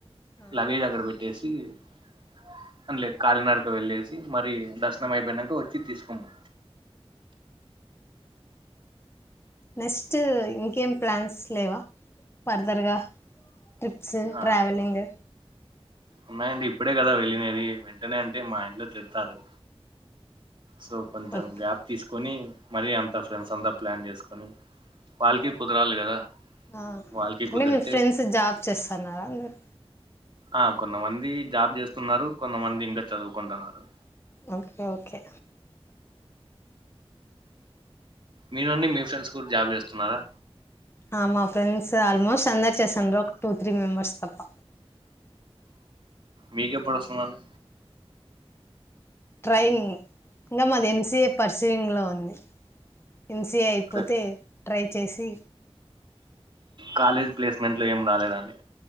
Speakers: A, on the left; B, on the right.
A: ఆ.
B: లగేజ్ అక్కడ పెట్టి లేసి కాళనాడక వెళ్ళసి మరి దర్శనం అయిపోయినాక వచ్చి తీసుకోము
A: నెక్స్ట్ ఇంకేం ప్లాన్స్ లేవా ఫర్దర్గా ట్రిప్స్
B: ఆ
A: ట్రావెలింగ్
B: ఉన్నాయండి ఇప్పుడే కదా వెళ్ళినది వెంటనే అంటే మా ఇంట్లో తిడతారు సో కొంచెం
A: ఓకే
B: గ్యాప్ తీసుకొని మరీ అంత ఫ్రెండ్స్ అంతా ప్లాన్ చేసుకొని వాళ్ళకి కుదరాలి కదా
A: ఆ
B: వాళ్ళకి
A: అంటే
B: కుదిరితే
A: మీ ఫ్రెండ్స్ జాబ్ చేస్తున్నారా అందరు
B: ఆ కొంతమంది జాబ్ చేస్తున్నారు కొంతమంది ఇంకా చదువుకుంటున్నారు
A: ఓకే ఓకే
B: మీరుండి మీ ఫ్రెండ్స్ కూడా జాబ్ చేస్తున్నారా
A: ఆ మా ఫ్రెండ్స్ ఆల్మోస్ట్ అందరు చేస్తాను ఒక టూ త్రీ మెంబర్ స్తప్ప
B: మీకు ఎప్పుడొస్తుందండి
A: ట్రైంగ్ ఇంకా మాది ఎంసీఏ పరిశలింగ్లో ఉంది ఎంసిఏ అయిపోతే
B: ఓకే,
A: ట్రై చేసి
B: కాలేజ్ ప్లేస్మెంట్ లో ఏం రాలేదండి